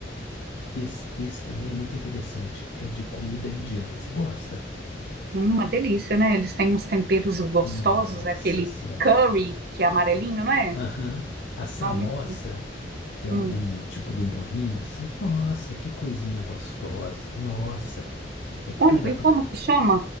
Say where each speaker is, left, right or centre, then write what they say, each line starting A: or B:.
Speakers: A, on the left (about 75°); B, on the right (about 55°).
A: Esse, esse também é muito interessante. É de comida indiana. Você gosta?
B: hum, uma delícia, né? Eles têm uns temperos gostosos,
A: Nossa
B: aquele
A: Senhora.
B: curry que é amarelinho, não é?
A: Aham. A samosa,
B: Não, muito bom.
A: que é
B: Hum.
A: um, um tipo de um bolinho assim. Nossa, que coisinha gostosa. Nossa. É cada.
B: Onde,
A: pra-
B: e como que chama?